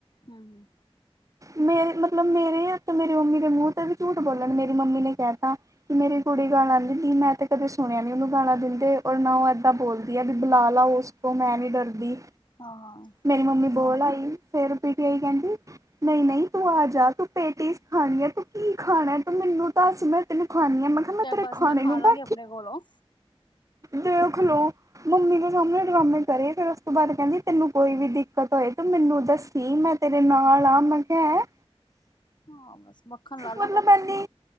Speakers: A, on the left; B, on the right.
A: ਹੂ ਹੂ।
B: ਮੇਰੇ ਮਤਲਬ, ਮੇਰੇ ਤੇ ਮੇਰੀ ਮੰਮੀ ਦੇ ਮੂੰਹ ਤੇ ਵੀ ਝੂਠ ਬੋਲਣ ਮੇਰੀ ਮੰਮੀ ਨੇ ਕਹਿਤਾ ਕਿ ਮੇਰੀ ਕੁੜੀ ਗਾਲਾ <unintelligible> ਕੱਢਦੀ ਮੈਂ ਤੇ ਕਦੇ ਸੁਣਿਆ ਨਹੀਂ ਉਹਨੂੰ ਗਾਲਾ ਦਿੰਦੇ, ਔਰ ਨਾ ਉਹ ਇੱਦਾਂ ਬੋਲਦੀ ਆ ਵੀ ਬੁਲਾ ਲੈ ਉਸਕੋ ਤੋਂ ਮੈਂ ਨਹੀਂ ਡਰਦੀ।
A: ਹਾਂ, ਹਾਂ।
B: ਮੇਰੀ ਮੰਮੀ ਬੋਲ ਆਈ, ਫੇਰ ਪੀ ਟੀ ਆਈ ਕਹਿੰਦੀ ਨਹੀਂ- ਨਹੀਂ ਤੂੰ ਆ ਜਾ ਤੂੰ ਪੇਟੀਸ ਖਾਣੀ ਏ, ਤੂੰ ਕੀ ਖਾਣਾ, ਤੂੰ ਮੈਨੂੰ ਦੱਸ ਮੈਂ ਤੈਨੂੰ ਖੁਆਣੀ ਆ, ਮੈ ਕਿਹਾ
A: ਕ
B: ਤੇਰੇ
A: ਬਸ
B: ਖਾਣੇ
A: ਮੈਂ ਖਾ
B: ਨੂੰ
A: ਲਾਂਗੀ
B: ਭ
A: ਆਪਣੇ ਕੋਲੋਂ
B: ਦੇਖ ਲੋ। ਮੰਮੀ ਦੇ ਸਾਹਮਣੇ ਡਰਾਮੇ ਕਰੇ, ਫੇਰ ਉਸ ਤੋਂ ਬਾਅਦ ਕਹਿੰਦੀ ਤੈਨੂੰ ਕੋਈ ਵੀ ਦਿੱਕਤ ਹੋਏ ਤੂੰ ਮੈਨੂੰ ਦੱਸੀ ਮੈਂ ਤੇਰੇ ਨਾਲ ਆ, ਮੈਂ ਕਿਹਾ ਐ
A: ਹਾਂ ਬਸ ਮੱਖਣ ਲਾ ਲਾ
B: ਮਤਲਬ
A: ਕ
B: ਐਨੀ,